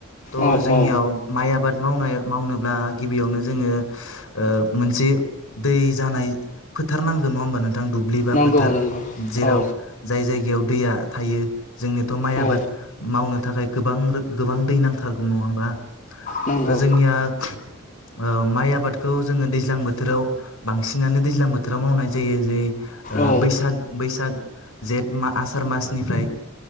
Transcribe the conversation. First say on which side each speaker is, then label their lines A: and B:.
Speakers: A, on the left; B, on the left.
A: थ'
B: औ
A: जोंनियाव
B: औ
A: माइ आबाद मावनायाव मावनोब्ला गिबियावनो जोङो ओ मोनसे दै जानाय फोथार नांगोन नङा होमबा नों थां दुब्लि बा
B: नंगौ
A: फोथार
B: नंगौ
A: जेराव
B: औ
A: जाय जायगायाव दैया थायो जोंनियाथ' माइ
B: औ
A: आबाद मावनो थाखाय गोबां रो गोबां दै नांथारगौ नङा होमबा?
B: नंगौ
A: दा जोंनिया ओ माइ आबादखौ जोङो दैज्लां बोथोराव बांसिनानो दैज्लां बोथोराव मावनाय जायो जेरै ओ
B: औ
A: बैसाग बैसाग जेठ मा आसार मासनिफ्राय।